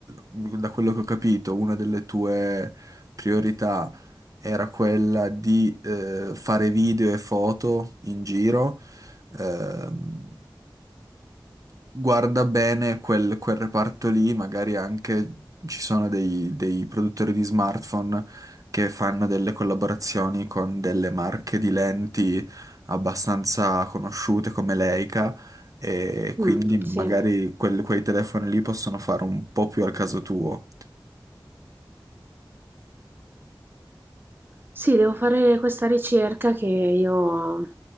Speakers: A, on the right; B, on the right.
A: da quello che ho capito, una delle tue priorità era quella di eh, fare video e foto in giro, ehm, guarda bene quel, quel reparto lì, magari anche ci sono dei, dei produttori di smartphone che fanno delle collaborazioni con delle marche di lenti abbastanza conosciute come Leica e quindi
B: Mm,
A: magari
B: sì.
A: quel- quei telefoni lì possono fare un po' più al caso tuo.
B: Sì, devo fare questa ricerca che io